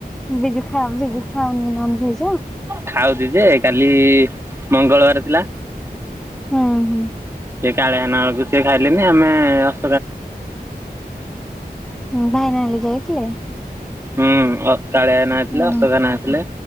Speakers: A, in the centre; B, on the right.
A: ବିଜୁ ଖା ବିଜୁ ଖାଉନି ନନଭେଜ୍।
B: ଖାଉଚି ଯେ କାଲି ମଙ୍ଗଳବାର ଥିଲା।
A: ହୁଁ, ହୁଁ।
B: ସେ କାଳିଆ ନାକୁ ସିଏ ଖାଇଲେନି ଆମେ ଅଃ
A: ହୁଁ ଭାଇନା ହେଲେ ଯାଇଥିଲେ।
B: ହୁଁ, ଅ କାଳିଆ ନା ଥିଲେ
A: ହଁ
B: ଅଶୋକା ନା ଥିଲେ,